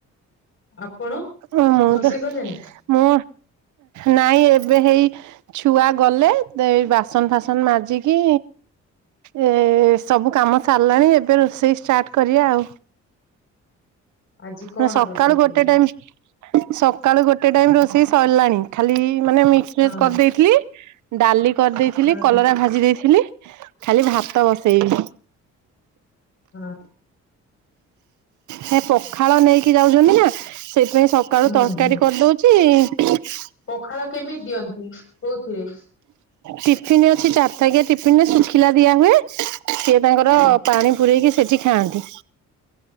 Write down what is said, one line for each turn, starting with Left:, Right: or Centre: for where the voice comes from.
Left: ଆପଣ
Right: ଆପଣ
Left: ରୋଷେଇ କଲେଣି?
Right: ମୁଁ ନାଇଁ ଏବେ ହେଇ ଛୁଆ ଗଲେ ତ ଏଇ ବାସନ ଫାସନ ମାଜିକି ଏ ସବୁ କାମ ସାରଲାଣି ଏବେ ରୋଷେଇ ଷ୍ଟାର୍ଟ କରିଆ ଆଉ।
Left: ଆଜି କଣ
Right: ମେ ସକାଳୁ
Left: ରୋଷେଇ
Right: ଗୋଟେ
Left: କରିବ?
Right: ଟାଇମ ସକାଳୁ ଗୋଟେ ଟାଇମ ରୋଷେଇ ସରିଲାଣି ଖାଲି ମାନେ ମିକ୍ସ ବେଜେ
Left: ହଁ
Right: କରିଦେଇ ଥିଲ ଡାଲି କରିଦେଇଥିଲି
Left: ହଁ
Right: କଲରା ଭାଜି ଦେଇଥିଲି। ଖାଲି ଭାତ ବସେଇବି।
Left: ହଁ
Right: ସେ ପଖାଳ ନେଇକି ଯାଉଚନ୍ତି ନା ସେଥିପାଇଁ ସକାଳୁ
Left: ହୁଁ
Right: ତରକାରୀ
Left: ହୁଁ
Right: କରିଦେଉଚି
Left: ପଖାଳ କେମିତି ଦିଅନ୍ତି? କୋଉଥିରେ?
Right: ଟିଫିନ ଅଛି ଚାରିଥାକିଆ ଟିଫିନରେ ଶୁଖିଲା ଦିଆ ହୁଏ। ସିଏ ତାଙ୍କର
Left: ହଁ
Right: ପାଣି ପୂରେଇକି ସେଠି ଖାଆନ୍ତି।